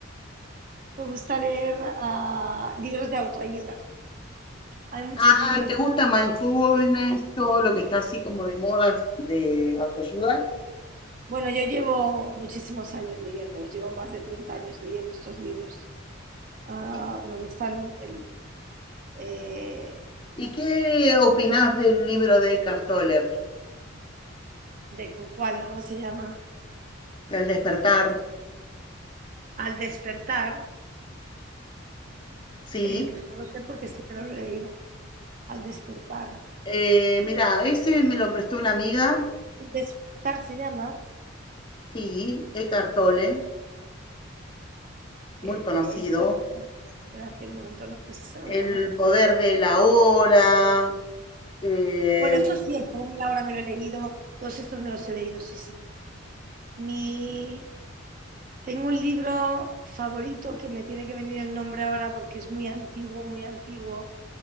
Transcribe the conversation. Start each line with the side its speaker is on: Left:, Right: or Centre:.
Right: Me gusta leer ah, libros de autoayuda. Hay muchos
Left: Ay,
Right: libros.
Left: ¿te gusta mindfulness? Todo lo que está así como de moda de autoayuda.
Right: Bueno, yo llevo muchísimos años leyéndolos, llevo más de 30 años leyendo estos libros. Ah,
Left: ¿Y,
Right: me gustan el, eh,
Left: y qué opinás del libro de Eckhart Tolle?
Right: de cuál, ¿cómo se llama?
Left: El despertar,
Right: Al despertar,
Left: sí.
Right: eh, pues no lo sé porque este no lo he leído. Al despertar.
Left: Eh, mira, ese me lo prestó una amiga,
Right: El despertar se llama
Left: sí, Eckhart Tolle, muy
Right: eh,
Left: conocido.
Right: de Edgar. Espérate un momento, no, pues este no
Left: El
Right: lo conozco.
Left: poder de la hora, eh,
Right: Bueno, eso sí, el poder de la hora me lo he leído, todos estos me los he leído, sí, sí. Mi... Tengo un libro favorito que me tiene que venir el nombre ahora porque es muy antiguo, muy antiguo,